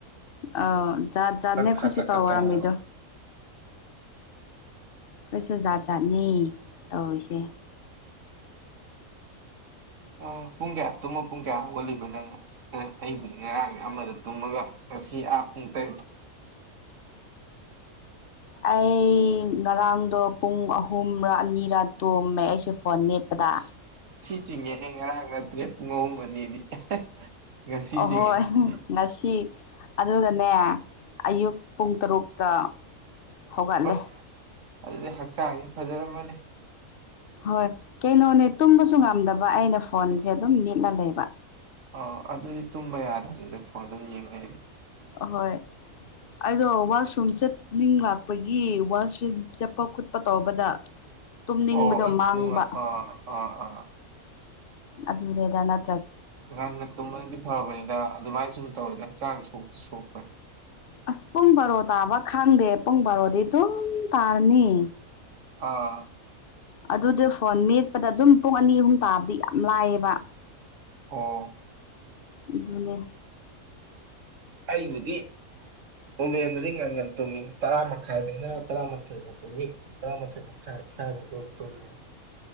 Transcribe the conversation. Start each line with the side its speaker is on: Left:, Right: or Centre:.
Left: ꯑ ꯖꯥꯠ ꯖꯥꯠꯅꯦꯈꯣꯏꯁꯨ
Right: ꯈꯥꯇꯛꯀ
Left: ꯇꯧ ꯋꯥꯔꯝꯃꯤꯗꯣ
Right: ꯇꯧꯔꯒ
Left: ꯀꯩꯁꯨ ꯖꯥꯠ ꯖꯥꯠꯅꯤ ꯇꯧꯔꯤꯁꯦ
Right: ꯑ ꯄꯨꯡ ꯀꯌꯥ ꯇꯨꯝꯃ ꯄꯨꯡ ꯀꯌꯥ ꯍꯧꯒꯠꯂꯤꯕ ꯅꯪꯅ ꯑꯩꯕꯨꯗꯤ ꯉꯔꯥꯡ ꯑꯃꯗ ꯇꯨꯝꯃꯒ ꯁꯤ ꯑꯇꯦꯒꯦ
Left: ꯑꯩ ꯉꯔꯥꯡꯗꯣ ꯄꯨꯡ ꯑꯍꯨꯝ ꯑꯅꯤꯔꯥ ꯇꯣꯝꯃꯦ ꯑꯩꯁꯨ ꯐꯣꯟ ꯃꯦꯠꯄꯗ
Right: ꯆꯤꯡꯉꯦꯍ ꯉꯔꯥꯡ ꯅꯠꯇ꯭ꯔꯦ ꯄꯨꯡ ꯑꯍꯨꯝ ꯑꯅꯤꯗꯤ ꯉꯁꯤ
Left: ꯑꯍꯣꯏ
Right: ꯆꯤꯡꯉꯦ ꯉꯁꯤ
Left: ꯉꯁꯤ ꯑꯗꯨꯒꯅꯦ ꯑꯌꯨꯛ ꯄꯨꯡ ꯇꯔꯨꯛꯇ ꯍꯧꯒꯠꯂꯦ
Right: ꯁ ꯑꯗꯨꯗꯤ ꯍꯛꯆꯥꯡꯁ ꯐꯖꯔꯝꯃꯅꯤ
Left: ꯍꯣꯏ ꯀꯩꯅꯣꯅꯦ ꯇꯨꯝꯕꯁꯨ ꯉꯝꯗꯕ ꯑꯩꯅ ꯐꯣꯟꯁꯦ ꯑꯗꯨꯝ ꯃꯤꯠꯂ ꯂꯩꯕ
Right: ꯑ ꯑꯗꯨꯗꯤ ꯇꯨꯝꯕ ꯌꯥꯗ꯭ꯔꯅꯤꯗ ꯐꯣꯟ ꯑꯗꯨꯝ ꯌꯦꯡꯉꯒꯗꯤ
Left: ꯑꯍꯣꯏ ꯑꯗꯣ ꯋꯥꯁꯔꯨꯝ ꯆꯠꯅꯤꯡꯂꯥꯛꯄꯒꯤ ꯋꯥꯁ ꯟ ꯆꯠꯄ ꯈꯣꯠꯄ ꯇꯧꯕꯗ ꯇꯨꯝꯅꯤꯡꯕꯗꯣ
Right: ꯑꯣ
Left: ꯃꯥꯡꯕ
Right: ꯑ ꯑꯥ ꯑꯥ
Left: ꯑꯗꯨꯅꯦꯗꯅ
Right: ꯑꯗꯨꯀꯥꯟꯅ ꯇꯨꯝꯕꯗꯤ ꯐꯕꯅꯤꯗ ꯑꯗꯨꯃꯥꯏꯅ ꯁꯨꯝ ꯇꯧꯔꯗꯤ ꯍꯛꯆꯥꯡ ꯁꯣꯛꯇ ꯁꯣꯛꯄꯅꯤ
Left: ꯑꯁ ꯄꯨꯡ ꯕꯥꯔꯣ ꯇꯥꯕ ꯈꯪꯗꯦ ꯄꯨꯡ ꯕꯥꯔꯣꯗꯤ ꯑꯗꯨꯝ ꯇꯥꯔꯅꯤ
Right: ꯑꯥ
Left: ꯑꯗꯨꯗꯤ ꯐꯣꯟ ꯃꯦꯠꯄꯗ ꯑꯗꯨꯝ ꯄꯨꯡ ꯑꯅꯤ ꯑꯍꯨꯝ ꯇꯥꯕꯗꯤ ꯌꯥꯝ ꯂꯥꯏꯑꯕ
Right: ꯑꯣ
Left: ꯅꯦ
Right: ꯑꯩꯕꯨꯗꯤ ꯎꯃꯦꯟꯗꯗꯤ ꯉꯪꯒ ꯇꯨꯃꯤꯡ ꯇꯔꯥ ꯃꯈꯥꯏꯗꯩꯅ ꯇꯔꯥꯃꯥꯊꯣꯏ ꯐꯥꯎꯕꯒꯤ ꯇꯔꯥꯃꯥꯊꯣꯏ ꯃꯈꯥꯏ ꯏꯁꯥꯕꯗꯣ ꯇꯨꯝꯃꯦꯦ